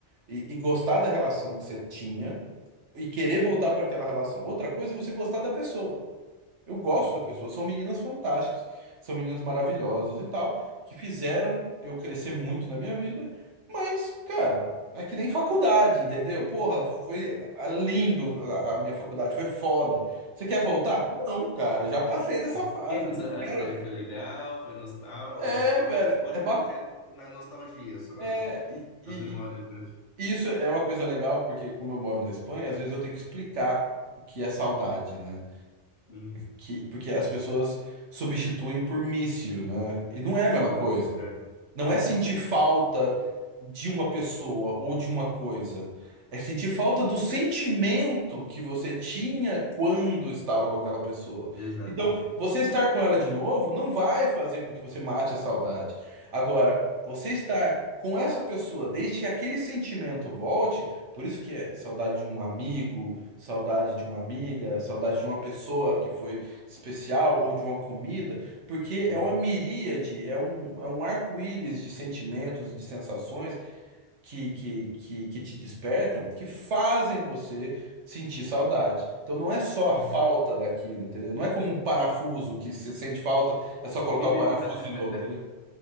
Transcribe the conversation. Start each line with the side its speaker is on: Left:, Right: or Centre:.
Right: e, e gostar da relação que você tinha e querer voltar para aquela relação. Outra coisa é você gostar da pessoa. Eu gosto
Left: pode crer.
Right: da pessoa. São meninas fantásticas, são meninas maravilhosas e tal, que fizeram eu crescer muito na minha vida. Mas, cara, é que nem faculdade, entendeu? Porra, foi
Left: Uhum.
Right: ah, lindo a a minha faculdade, foi foda. Você quer voltar? Não, cara, já passei dessa
Left: <laughs>
Right: fase,
Left: Exato,
Right: não quero.
Left: é, foi legal, foi nostálgico.
Right: É,
Left: É, hoje,
Right: velho,
Left: hoje
Right: é bacana.
Left: fica tipo, na nostalgia só,
Right: É,
Left: né?
Right: e, e-
Left: Nas memórias mesmo.
Right: e isso é uma coisa legal, porque como eu moro na Espanha, às vezes eu tenho que explicar o que é saudade, né?
Left: Uhum.
Right: que, porque as pessoas substituem por míssil, né? E não é
Left: É
Right: a
Left: Isso,
Right: mesma
Left: é
Right: coisa.
Left: verdade,
Right: Não
Left: verdade.
Right: é sentir falta de uma pessoa ou de uma coisa. É sentir falta do sentimento que você tinha quando estava com aquela pessoa.
Left: Exatamente.
Right: Então, você estar com ela de novo não vai fazer com que você mate a saudade. Agora, você estar com essa pessoa desde que aquele sentimento volte, por isso que é saudade de um amigo, saudade de uma amiga, saudade de uma pessoa que foi especial ou de uma comida. Porque
Left: Sim.
Right: é uma miríade, é um, é um arco-íris de sentimentos e de sensações que, que, que, que te despertam, que fazem você sentir saudade. Então não é só
Left: Uhum.
Right: a falta daquilo, entendeu? Não é como um parafuso que você sente falta, é só colocar
Left: <laughs>
Right: o parafuso de novo, entendeu?